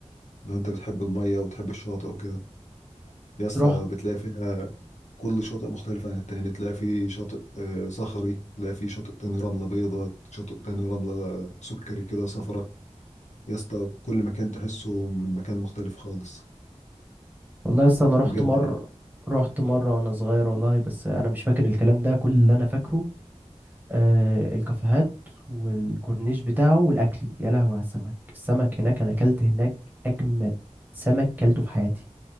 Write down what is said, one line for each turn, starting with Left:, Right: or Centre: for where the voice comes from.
Left: لو أنت بتحب المَيّة وتحب الشاطئ وكده. يا اسطى
Right: رحت
Left: بتلاقي فيها كل شاطئ مختلف عن التاني، تلاقي في شاطئ آآ صخري، تلاقي في شاطئ تاني رملة بيضا، شاطئ تاني رملة سُكّري كده صفرا. يا اسطى كل مكان تحسّه من مكان مختلف خالص،
Right: والله لسه انا رحت
Left: بجد
Right: مر
Left: يعني.
Right: رحت مره وانا صغير والله بس انا مش فاكر الكلام ده كل اللي انا فاكره آه الكافيهات والكورنيش بتاعه والاكل يا لهوي على السمك السمك هناك انا اكلت هناك اجمد سمك كلته في حياتي